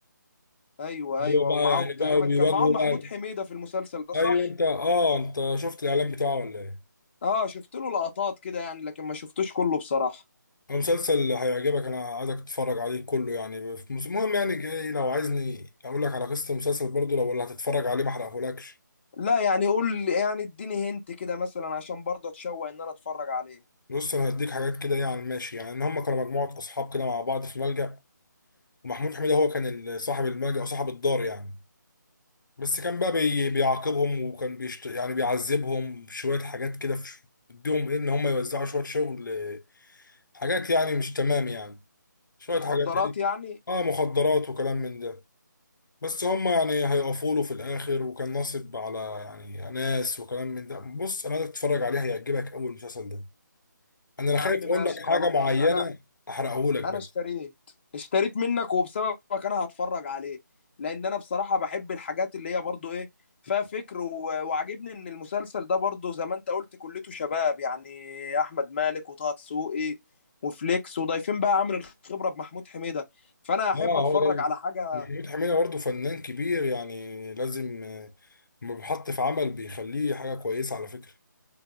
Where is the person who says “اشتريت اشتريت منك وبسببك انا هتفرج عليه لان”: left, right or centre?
Left